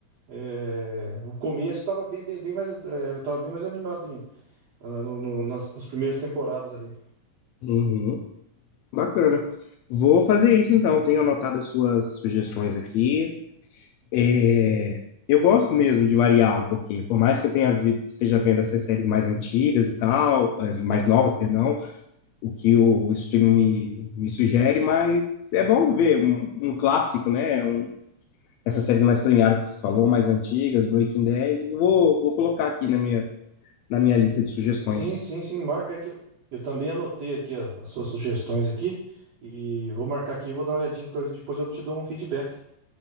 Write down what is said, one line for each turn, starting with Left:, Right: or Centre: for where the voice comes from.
Right: É, o começo tava bem, bem, bem mais. é, eu tava bem mais animado em- ah, no- no- nas, nas primeiras temporadas ali.
Left: Uhum, bacana. Vou fazer isso então. Tenho anotado as suas sugestões aqui. É, Eu gosto mesmo de variar um pouquinho. Por mais que eu tenha vi- esteja vendo essas séries mais antigas e tal, as mais novas, perdão, o que o streaming me, me sugere, mas é bom ver um, um clássico, né? Um- Essas séries mais premiadas que você falou, mais antigas, Breaking Bad. Vou, vou colocar aqui na minha na minha lista de sugestões.
Right: Sim, sim, sim, marca aí que eu, eu também anotei aqui a- as suas sugestões aqui e vou marcar aqui, vou dar uma olhadinha, que eu- depois eu te dou um feedback.